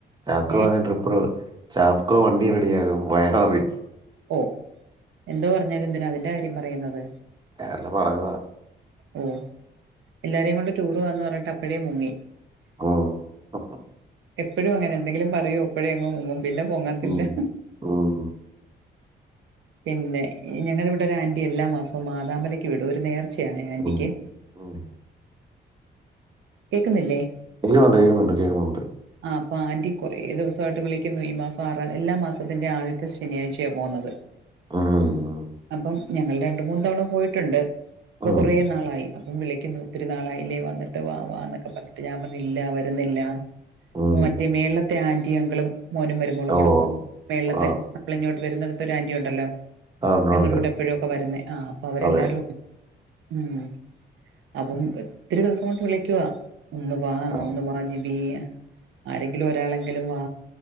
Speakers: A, on the right; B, on the right.
A: ചാക്കോ
B: ഏ
A: പറഞ്ഞ ട്രിപ്പുകള് ചാക്കോ വണ്ടി റെഡിയാക്കും വയ <unintelligible>
B: ഓ എന്ത് പറഞ്ഞാലും എന്തിനാ അവന്റെ കാര്യം പറയുന്നത്.
A: ഞാന് പറഞ്ഞതാ
B: ഉം എല്ലാരേം കൊണ്ട് ടൂറ് പോകാന്ന് പറഞ്ഞിട്ട പ്പഴേ മുങ്ങി
A: മ്ഹ്
B: എപ്പഴു അങ്ങനാ ന്തെങ്കിലും പറയും അപ്പഴേ അങ്ങ് മുങ്ങും പിന്നെ പൊങ്ങത്തില്ല
A: ഉം. ഉം.
B: പിന്നെ ഞങ്ങളിവ്ടെ ഒരു ആന്റി എല്ലാ മാസം മാതമലക്ക് വിടും ഒരു നേർ ച്ചയാണ് ആന്റിക്ക്
A: ഉം. ഉം.
B: കേക്കുന്നില്ലേ?
A: കേയുണ്ട് കേയുണ്ട് കേയുണ്ട്.
B: അപ്പ ആന്റി കൊറെ ദിവസായിട്ട് വിളിക്കുന്നു ഈ മാസം ആറാ എല്ലാ മാസത്തിന്റെയും ആദ്യത്തെ ശെനിയാഴ്ചയാ പോന്നത്.
A: ഉം.
B: അപ്പം ഞങ്ങൾടെ രണ്ടു മൂന്നു തവണ പോയിട്ട്ണ്ട്. ഇപ്പ
A: ഉം.
B: കുറേ നാളായി അപ്പം വിളിക്കുന്നു ത്തിരി നാളായില്ലേ വന്നിട്ട് വാ വാന്നൊക്കെ പറഞ്ഞിട്ട് ഞാൻ പറഞ്ഞു ഇല്ല വരുന്നില്ല
A: ഉം.
B: മറ്റേ മേളിലത്തെ ആന്റിയും അങ്കിളും മോനും മരുമോളും
A: ഓ
B: കൂടേ പോ മേളിലത്തെ
A: ആ
B: നമ്മളിങ്ങോട്ട് വരുന്നിട ത്ത് ഒരാന്റിയുണ്ടല്ലോ
A: ആ, ഉണ്ട്
B: ഞങ്ങളൂടേ
A: ഉണ്ട്
B: പ്പഴ്ക്കെ വരുന്നേ ആ പ്പവരെല്ലാരും
A: അതെ
B: മ് അപ്പം ഒത്തിരി ദിവസംകൊണ്ട് വിളി കിയുവാ ഒന്നുവാ
A: ആ
B: ഒന്നുവാ ജിബി ആരെങ്കിലു ഒരാളെങ്കിലും വാ